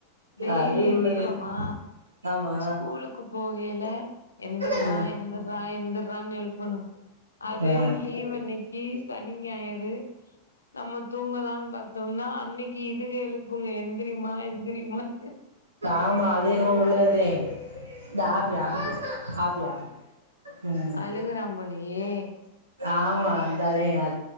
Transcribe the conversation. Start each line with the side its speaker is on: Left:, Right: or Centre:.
Left: டெய்லி
Right: அது உள்ளது
Left: எழுப்புறோமா
Right: ஆமா
Left: ஸ்கூலுக்கு போகயில எந்திரா
Right: ம்
Left: எந்திரா எந் திரானு எழுப் பானும் அதே
Right: ஆ
Left: லீவ் அன்னைக்கு சனி ஞாயிறு <inaudible> நம்ம தூங்கலாம்னு பாத்தோம்னா அன்னைக்கு இதுக எழு ப்புங்க எந்திரிமா எந்திரிமானு
Right: ஆமா அது என்னமோ உள்ளதே இந்த ஆப்பி ஆப்பி ஜூஸ் ஆப்பி ஆப்பி ம்
Left: அழுகுறா போலயே
Right: ஆமா அந்த தே அ